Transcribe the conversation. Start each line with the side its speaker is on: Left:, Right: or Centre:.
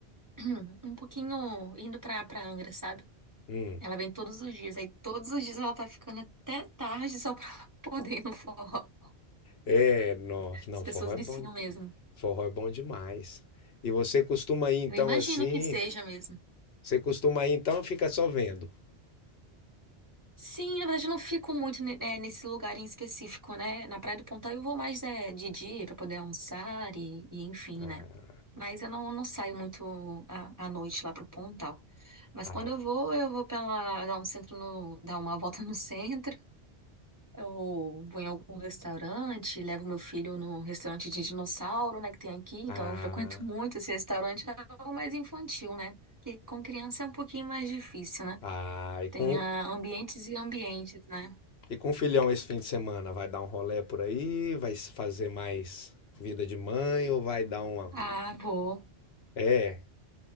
Right: <clears throat> um pouquinho indo pra, pra Angra, sabe?
Left: hum.
Right: Ela vem todos os dias. Aí todos os dias ela tá ficando até tarde só pra <laughs> poder ir no forró.
Left: É, nossa, não,
Right: As pessoas
Left: forró é
Right: viciam
Left: bom,
Right: mesmo.
Left: forró é bom demais. E você costuma ir então
Right: Eu imagino
Left: assim?
Right: que seja mesmo.
Left: Você costuma ir então, ou fica só vendo.
Right: Sim, na verdade eu não fico muito ne- eh, nesse lugar em específico, né? Na Praia do Pontal eu vou mais eh, de dia pra poder almoçar e, e enfim,
Left: Ah,
Right: né? Mas eu não, não saio muito à, à noite lá pro Pontal. Mas
Left: ah.
Right: quando eu vou, eu vou pela, dar um centro no, dar uma <laughs> volta no centro. Eu vou em algum restaurante, levo meu filho num restaurante de dinossauro, né, que tem aqui, então
Left: Ah,
Right: eu frequento <laughs> muito esse restaurante, é algo mais infantil, né? E com criança é um pouquinho mais difícil, né?
Left: ah, e com,
Right: Tem ah, ambientes e ambientes, né?
Left: e com o filhão esse fim de semana? Vai dar um rolê por aí? Vai se fazer mais vida de mãe ou vai dar uma.
Right: Ah, vou,
Left: É,